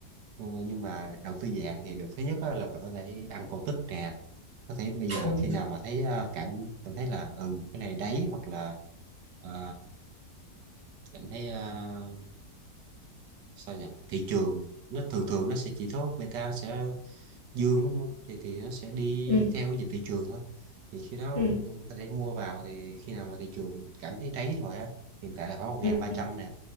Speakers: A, on the right; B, on the left.
A: Ừ, nhưng mà đầu tư dạng thì được thứ nhất á là có thể ăn cổ tức nè có thể bây giờ
B: Ừ.
A: khi nào mà thấy ờ, cảm cảm thấy là ừ cái này đấy hoặc là ờ, cảm thấy ờ, sao nhỉ thị trường nó thường thường nó sẽ chỉ tốt beta nó sẽ dương đúng không thì thì nó sẽ đi
B: Ừ.
A: theo cái dịch thị trường thôi thì khi đó
B: Ừ.
A: ta để mua vào thì khi nào mà thị trường cảm thấy đáy rồi á hiện tại là khoảng một
B: Ừ.
A: ngàn ba trăm nè